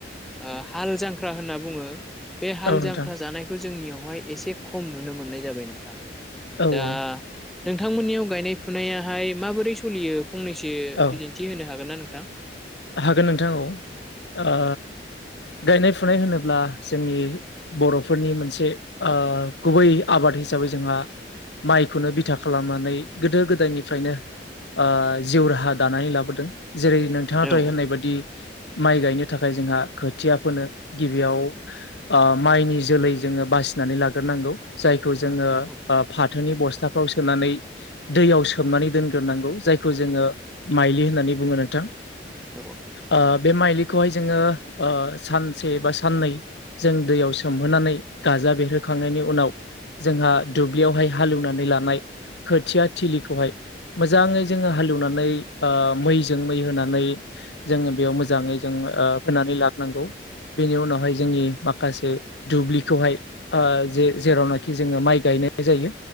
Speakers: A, in the centre; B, on the left.
A: ओ हाल जांख्रा होनना बुङो बे हाल
B: औ नोंथां
A: जांख्रा जानायखौ जोंनियावहाय एसे खम नुनो मोननाय जाबाय नोंथां
B: औ
A: दा
B: औ
A: नोंथांमोननियाव गायनाय फुनायाहाय माबोरै सोलियो फंनैसो
B: औ
A: बिदिन्थि होनो हागोन ना नों थां?
B: हागोन नोंथां औ ओ गायनाय फुनाय होनोब्ला जोंनि बर'फोरनि मोनसे ओ गुबै आबाद हिसाबै जोंहा माइखौनो बिथा खालामनानै गोदो गोदायनिफ्रायनो आ जिउ राहा दानानै लाबोदों जेरै नोंथाङाथह
A: औ
B: होननाय बायदि माइ गायनो थाखाय जोंहा खोथिया फोनो गिबियाव ओ माइनि जोलै जोङो बासिनानै लाग्रो नांगौ, जायखौ जोङो
A: औ
B: फाथोनि बस्था याव सोनानै दैयाव सोमनानै दोनग्रोनांगौ जायखौ जोङो माइलि होननानै बुङो नोंथां।
A: औ
B: ओ बे माइलिखौहाय जोङो ओ सानसे बा साननै जों दैयाव सोमहोनानै गाजा बेरहोखांनायनि उनाव जोंहा दुब्लियावहाय हालेवनानै लानाय खोथिया थिलिखौहाय मोजाङै जोङो हालेवनानै ओ मैजों मै होनानै जोङो बेयाव मोजाङै जों फोनानै लाबोनांगौ। बेनि उनावहाय जोंनि माखासे दुब्लिखौहाय जे जेरावनाखि जोङो माइ गाय नाय जायो